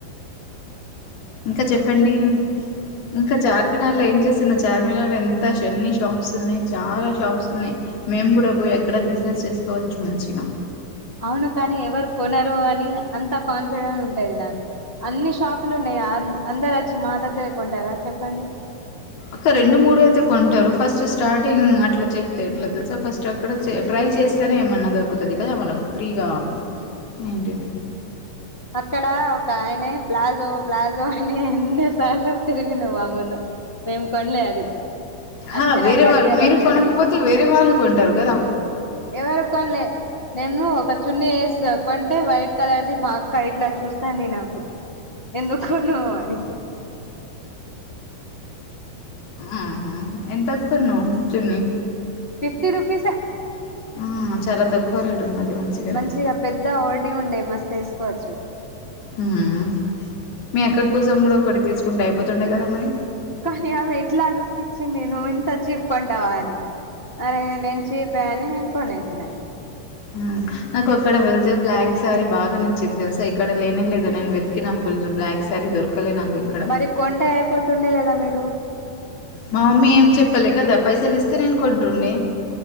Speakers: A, on the left; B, on the left.
A: ఇంక చెప్పండి ఇంకా చార్మినార్ లో ఏం చేస్తున్నా చార్మిగార్ లో ఎంత ఎన్ని షాప్స్ ఉన్నాయి చాలా షాప్స్ ఉన్నాయి మేము కూడ పోయి ఎక్కడ బిజినెస్ చేసుకోవచ్చు మంచిగా
B: అవును కానీ ఎవరు కొనరు అని అంత కాన్ఫిడెంట్ ఉంటది నాకు. అన్ని షాపులు ఉన్నాయి అందరు వచ్చి మా దగ్గరే కొంటారా చెప్పండి?
A: ఒక రెండు మూడు అయితె కొంటరు ఫస్ట్ స్టార్టింగ్ అట్లా చెప్తే ఎట్లా తెలుసా ఫస్ట్ అక్కడ చే ట్రై చేస్తేనే ఏమన్నా దొరుకుతుంది కదా మనకు ఫ్రీగా ఏంటిది
B: అక్కడ ఒక ఆయనె ప్లాజో ప్లాజో అనే అన్ని సార్లు తిరిగిండు మా ముందు మేము కొనలే అది
A: అహా!
B: వచ్చినంక
A: వేరే వాళ్ళు
B: రియలైజ్
A: మీరు
B: అయింది
A: కొనకపోతే వేరే వాళ్ళు కొంటారు కదా!
B: ఎవరు కొనలే నేను ఒక చున్నీ వేసి కొంటే వైట్ కలర్ది మాక్ క్క ఇట్ల చూస్తాంది నాకు ఎందుకొనవు అని
A: ఆహహ ఎంతకొన్నావు చున్నీ
B: ఫిఫ్టీ రుపీస్ ఎ
A: ఆ చాలా తక్కువ రేట్ ఉన్నది మంచిగనే.
B: మంచిగ పెద్ద ఓని ఉండే మస్తేస్ కోచ్చు
A: ఉమ్ మీ అక్క కోసం కూడ ఓటి తీసుకుంటె అయిపోతుండె కదా మరి
B: కానీ ఆమె ఎట్లా లుక్ ఇచ్చింది నువ్వు ఇంత చీప్ కొంటావా అని అరే నేను చీప అని నేను కొనేసినా ఇగ
A: హు నాకు అక్కడ వెళ్తే బ్లాక్ శారీ బాగా నచ్చింది తెలుసా ఇక్కడ లేనె లేదు నేను వెతికినా ఫుల్ బ్లాక్ శారీ దొరకలే నాకు ఇక్కడ.
B: మరి కొంటె అయిపోతుండె కదా మీరు
A: మా మమ్మీ ఏం చెప్పలే కదా పైసలు ఇస్తే నేను కొంటుండె